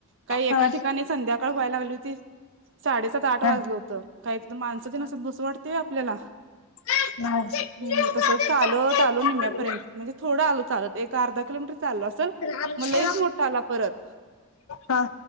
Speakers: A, on the right (about 55°); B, on the left (about 70°).
A: काही एका
B: हा
A: ठिकाणी संध्याकाळ व्हायला लागली होती. साडेसात आठ
B: हा
A: वाजलं होतं काय तिथं माणसं तेन
B: हा
A: असतात बसू वाटतय व्हय आपल्याला.
B: तर
A: हम् तस चालत आलो निम्या पर्यंत म्हणजे थोडं आलो चालत एक. अर्धा किलोमीटर चाललो असल
B: आमच्या
A: मग लईच मोठा आला परत.
B: हा